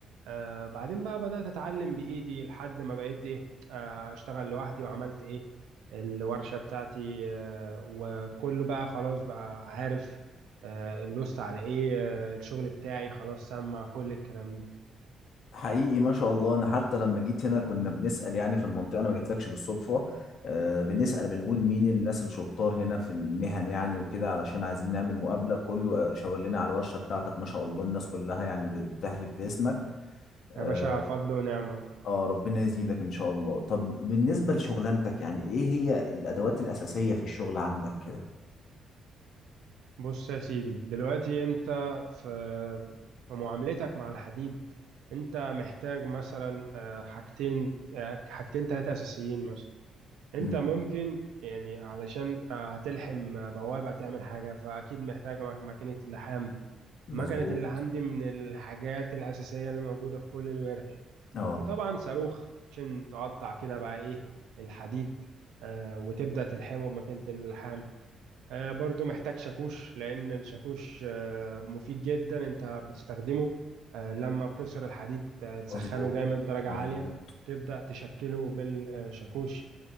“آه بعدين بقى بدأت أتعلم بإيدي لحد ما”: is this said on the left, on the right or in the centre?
Right